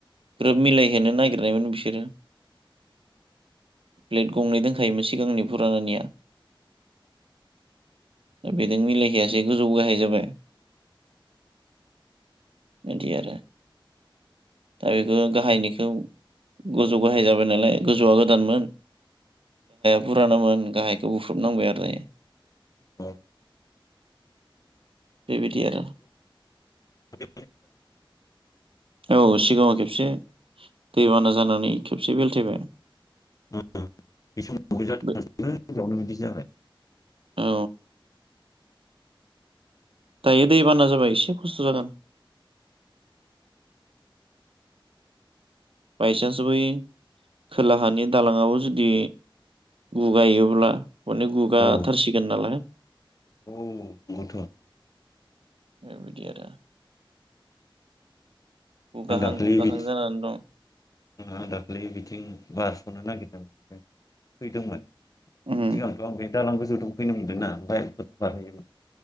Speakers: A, on the right (about 80°); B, on the left (about 40°).
A: ग्रोब मिलायहोनो नागिरनायमोन बिसोरो प्लेट गंनै दोनखायोमोन सिगांनि फुरानानिया दा बेजों मिलायखायासै गोजौ गाहाय जाबाय बिदि आरो दा बेखौ गाहायनिखौ गोजौ गाहाय जाबाय नालाय गोजौआ गोदानमोन बुरानामोन गाहाय बेखौ बुफ्रुबनांबाय आरो
B: <inaudible>
A: बेबायदि आरो
B: बे
A: औ सिगाङाव खेब से दैबाना जानानै खेबसे बेलथायबाय
B: <inaudible> बि
A: बे
B: जाबाय
A: औ दायो दै बाना जाबा एसे खस्थ' जागोन बायसान्स बै खोलाहानि दालाङावो जुदि गुगायोब्ला अनेक गुगाथारसिगोन
B: औ
A: नालाय
B: औ गथ'
A: बेबायदि आरो
B: <inaudible>
A: गुगाहां
B: आं दाखालि
A: गुगाहां
B: बिथि
A: जानानै दं
B: आं दाखालि बिथिं बारस'नो नागिरदों फैदोंमोन
A: उम
B: सिगांथ' आं बे दालां गो जोवदोफैनो मोनदोंना बाइलफोर बारहोयोमोन